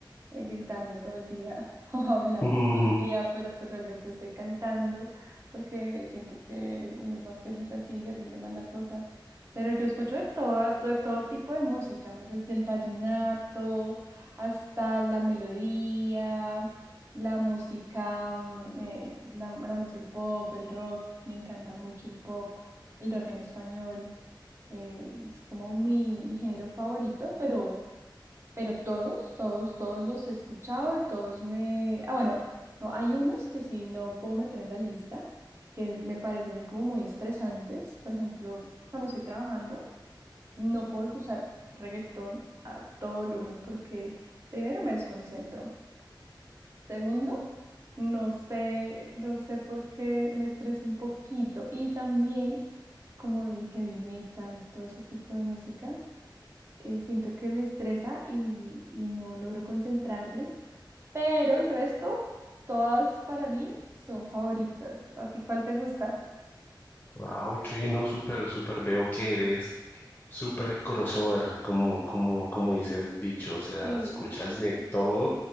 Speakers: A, on the right (about 35°); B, on the left (about 25°).
A: eh, gritando todo el día <laughs> o hablando
B: <laughs>
A: todo el día, pero pues realmente estoy cantando porque siento que uno es más feliz así, le rinde más la cosa. Pero yo escucho de toda, to- de todo tipo de música, me- desde el vallenato hasta la melodía, la música, mm, eh, la, la mus- el pop, el rock, me encanta mucho el pop, el rock en español, eh, es como mi, mi género favorito, pero pero todos, todos, todos los he escuchado y todos me... Ah, bueno, no, hay unos que sí no puedo meter en la lista, que me parecen como muy estresantes. Por ejemplo, cuando estoy trabajando, no puedo escuchar reggaetón a todo volumen porque primero me desconcentro. Segundo, no sé, no sé por qué me estreso un poquito. Y también como el heavy metal y todo ese tipo de música eh, siento que me estresa y, y no logro concentrarme, pero el resto, todas para mí son favoritas. ¿A ti cuál te gusta?
B: Ah, ok, no, súper, súper veo que eres Súper crossover, como, como, como dice el dicho, o sea,
A: Sí.
B: escuchas de todo